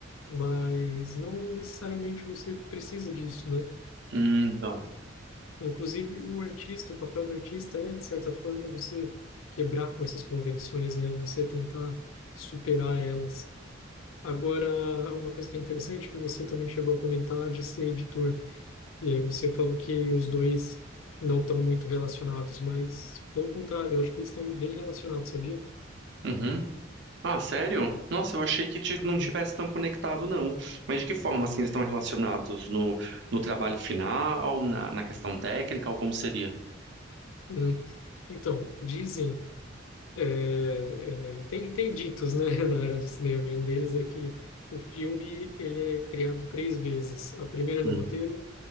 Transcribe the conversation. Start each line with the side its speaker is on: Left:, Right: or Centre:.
Left: mas não necessariamente você precisa disso, né?
Right: Hum, então.
Left: Inclusive, o artista, o papel do artista é, de certa forma, você quebrar com essas convenções, né? Você tentar superar elas. Agora, uma coisa que é interessante, que você também chegou a comentar de ser editor, e aí você falou que os dois não estão muito relacionados, mas, pelo contrário, eu acho que eles estão bem relacionados, sabia?
Right: Uhum. Ah, sério? Nossa, eu achei que ti- não
Left: Hum,
Right: tivesse tão conectado, não. Mas de que forma, assim, eles estão relacionados no, no trabalho final, na, na questão técnica, ou como seria?
Left: hum. Então, dizem É, é, tem, tem ditos, né, <laughs> na área do cinema, e um deles é que o filme ele é criado três vezes. A primeira é
Right: Hum,
Left: no roteiro,